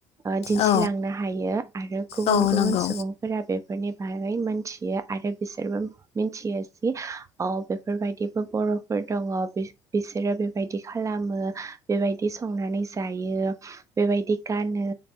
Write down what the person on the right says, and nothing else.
ओ दिन्थिलांनो
हायो आरो गुबुन
गुबुन
सुबुंफोरा बे फोरनि बागै मोन्थियो आरो बिसोरबो मिन्थियो जि अ बेफोरबायदि बो बर'फोर दङ बि-बिसोरो बेबायदि खालामो बेबायदि संनानै जायो बेबायदि गानो